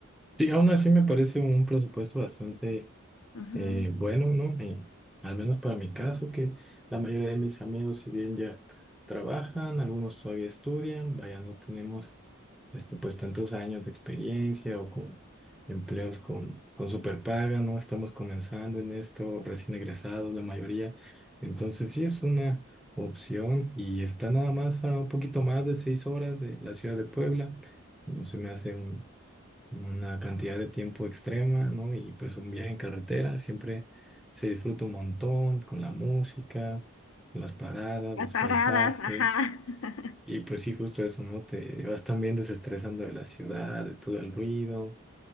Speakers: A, in the centre; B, on the left.
A: Sí, aún así me parece un presupuesto bastante
B: ujú,
A: Eh, bueno, no, Mi- al menos para mi caso, que la mayoría de mis amigos, si bien ya trabajan, algunos todavía estudian, vaya, no tenemos esto, pues tantos años de experiencia o con empleos con, con superpaga, ¿no? Estamos comenzando en esto, recién egresados, la mayoría. Entonces, sí es una opción y está nada más a un poquito más de seis horas de la ciudad de Puebla. No se me hace una cantidad de tiempo extrema, ¿no? Y pues un viaje en carretera siempre se disfruta un montón con la música, las paradas,
B: las
A: los
B: paradas,
A: paisajes.
B: ajá. <laughs>
A: Y pues sí, justo eso, ¿no? Te vas también desestresando de la ciudad, de todo el ruido,